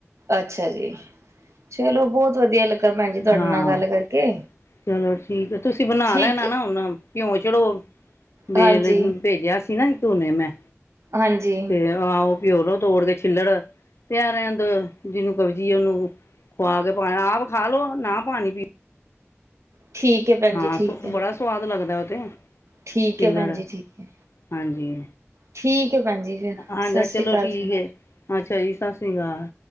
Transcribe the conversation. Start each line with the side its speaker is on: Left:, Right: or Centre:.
Right: ਅੱਛਾ ਜੀ, ਚਲੋ ਬਹੁਤ ਵਧੀਆ ਲੱਗਾ ਭੈਣ ਜੀ ਤੁਹਾਡੇ
Left: ਹਾਂ
Right: ਨਾਲ ਗੱਲ ਕਰਕੇ
Left: ਚਲੋ ਠੀਕ ਆ ਤੁਸੀਂ ਬਣਾ
Right: ਠੀਕ
Left: ਲੈਣਾ ਨਾ ਹੁਣ ਭਿਓ ਛੱਡੋ ਵੇਲ
Right: ਹਾਂਜੀ
Left: ਭੇਜਿਆ ਸੀ ਨਾ ਧੋਣੇ ਮੈਂ
Right: ਹਾਂਜੀ
Left: ਤੇ ਆਹੋ ਪਿਓਲੋ ਤੋੜ ਕੇ ਛਿੱਲੜ ਪਿਆ ਰਹਿਨ ਦੋ ਜਿਹਨੂੰ ਕਬਜੀ ਉਹਨੂੰ ਖੋਆ ਕੇ ਪਾ ਆਪ ਖਾ ਲੋ ਨਾ ਪਾਣੀ ਪੀ
Right: ਠੀਕ ਹੈ ਭੈਣ
Left: ਹਾਂ,
Right: ਜੀ ਠੀਕ ਹੈ
Left: ਬੜਾ ਸਵਾਦ ਲੱਗਦਾ ਤੇ
Right: ਠੀਕ
Left: ਛਿੱਲੜ
Right: ਐ ਭੈਣ ਜੀ ਠੀਕ ਐ
Left: ਹਾਂਜੀ
Right: ਠੀਕ ਐ ਭੈਣ ਜੀ ਫਿਰ
Left: ਹਾਂਜੀ
Right: ਸਤਿ ਸ੍ਰੀ
Left: ਚਲੋ
Right: ਅਕਾਲ
Left: ਠੀਕ
Right: ਜੀ
Left: ਹੈ ਅੱਛਾ ਜੀ, ਸਾਸਰੀ ਕਾਲ